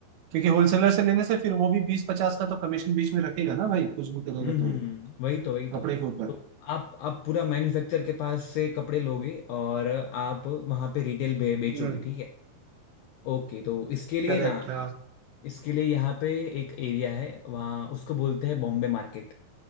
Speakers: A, on the right; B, on the left.
A: क्योंकि होलसेलर से लेने से फिर वो भी बीस पचास का तो कमीशन बीच में रखेगा ना भाई कुछ भी करेगा
B: हम्म हम्म
A: तो वो,
B: हम्म। वही तो वही तो
A: कपड़े के ऊपर
B: तो आप आप पूरा मैन्युफैक्चर के पास से कपड़े लोगे और आप वहाँ पे रिटेल बे, बेचोगे
A: हम्म
B: ठीक है ओके तो इसके लिए
A: करेक्ट
B: ना
A: हाँ
B: इसके लिए यहाँ पे एक एरिया है वहाँ उसको बोलते हैं बॉम्बे मार्केट